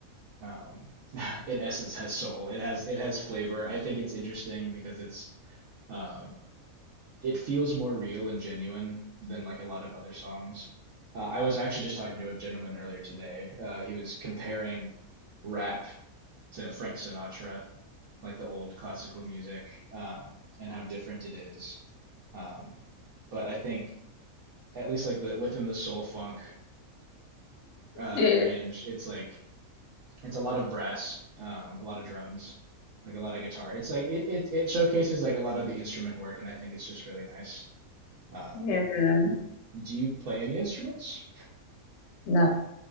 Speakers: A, on the right; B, on the left.
A: um, <laughs> in essence, has soul. It has it has flavor. I think it's interesting because it's um, it feels more real and genuine than like a lot of other songs. Uh, I was actually just talking to a gentleman earlier today. Uh, he was comparing rap to Frank Sinatra, like the old classical music, um, and how different it is. Um, but I think at least like the within the soul funk uh,
B: yeah,
A: range, it's like it's a lot of brass, um, a lot of drums, like a lot of guitar. It's like it it it showcases like a lot of the instrument work, and I think it's just really nice. Um,
B: yeah.
A: do you play any instruments?
B: No,